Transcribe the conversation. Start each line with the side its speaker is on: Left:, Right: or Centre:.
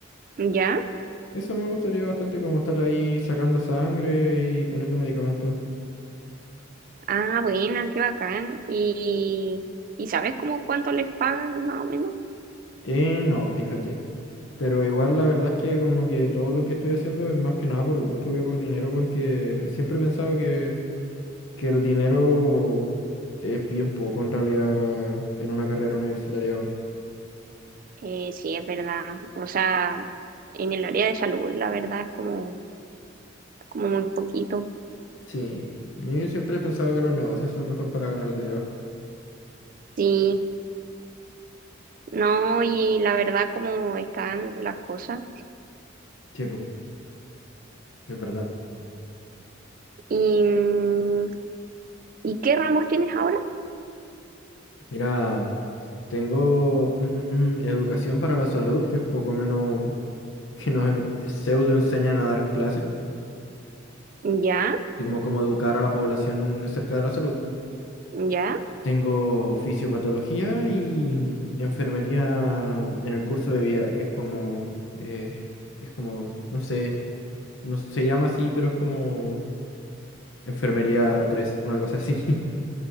Right: ¿Ya?
Left: Eso me gustaría bastante, como estar ahí sacando sangre y poniendo medicamentos.
Right: Ah, buena, qué bacán. ¿Y, y sabes cómo cuánto les pagan más o menos?
Left: Eh, no, fíjate. Pero igual la verdad es que como que todo lo que estoy haciendo es más que nada por gusto que por dinero, porque siempre he pensado que, que el dinero es bien poco en realidad en una carrera universitaria aún.
Right: Eh, sí, es verdad. O sea, en el área de salud, la verdad es como, como muy poquito.
Left: Sí, yo siempre he pensado que los negocios son mejor para ganar dinero.
Right: Sí, no, y la verdad cómo están las cosas.
Left: Sí, pues, es verdad.
Right: ¿Y, mm, ¿y qué ramos tienes ahora?
Left: Mira, tengo mm, mm, mm, educación para la salud, que es poco menos que nos eh, pseudo enseñan a dar clases
Right: Ya,
Left: y como cómo educar a la población acerca de la salud.
Right: ya,
Left: Tengo fisiopatología y enfermería en el curso de vida, que es como, eh, es como, no sé, no se llama así, pero es como enfermería tres una cosa así. <laughs>